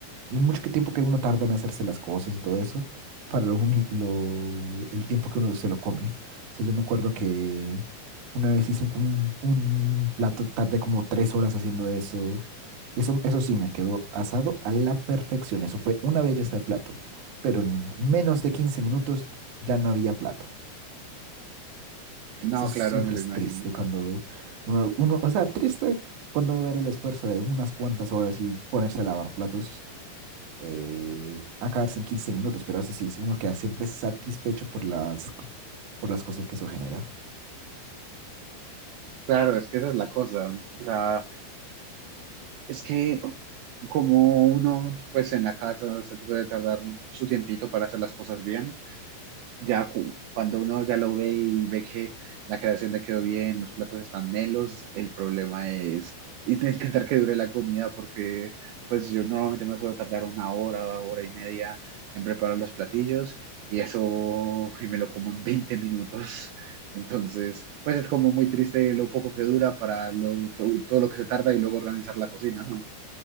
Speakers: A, on the right (about 60°); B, on the right (about 80°).
A: el mucho que tiempo que uno tarda en hacerse las cosas y todo eso, para lo, uni- lo- el tiempo que uno se lo come. O sea, yo me acuerdo que una vez hice un, como un, un plato, tardé como tres horas haciendo eso. Y eso, eso sí, me quedó asado a la perfección. Eso fue una belleza de plato. Pero en menos de 15 minutos ya no había plato.
B: No,
A: Eso siempre
B: claro, me lo
A: es
B: imagino.
A: triste cuando uno, uno, o sea, triste cuando ver el esfuerzo de unas cuantas horas y ponerse a lavar platos, eh, acabarse en 15 minutos, pero eso sí, uno queda siempre satisfecho por las, por las cosas que eso genera.
B: Claro, es que esa es la cosa. O sea, es que como uno, pues en la casa se puede tardar su tiempito para hacer las cosas bien, ya cu- cuando uno ya lo ve y ve que la creación le quedó bien, los platos están melos, el problema es int- intentar que dure la comida porque pues yo normalmente me suelo tardar una hora, hora y media en preparar los platillos y eso y me lo como en 20 minutos. <laughs> Entonces, pues es como muy triste lo poco que dura para lo, to- todo lo que se tarda y luego organizar la cocina, ¿no?